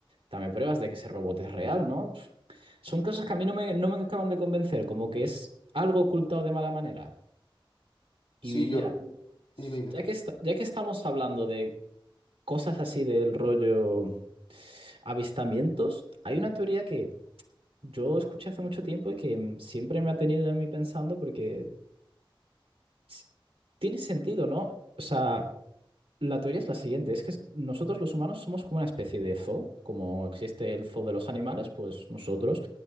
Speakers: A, on the right (about 85°); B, on the left (about 80°).
A: dame pruebas de que ese robot es real, ¿no? Pf, Son cosas que a mí no me, no me acaban de convencer, como que es algo ocultado de mala manera. Y
B: Sí,
A: mira,
B: yo, dime, dime.
A: ya que, esta- ya que estamos hablando de cosas así del rollo avistamientos, hay una teoría que yo escuché hace mucho tiempo y que mm, siempre me ha tenido a mí pensando porque s- tiene sentido, ¿no? O sea, la teoría es la siguiente, es que s- nosotros los humanos somos como una especie de zoo, como existe el zoo de los animales, pues nosotros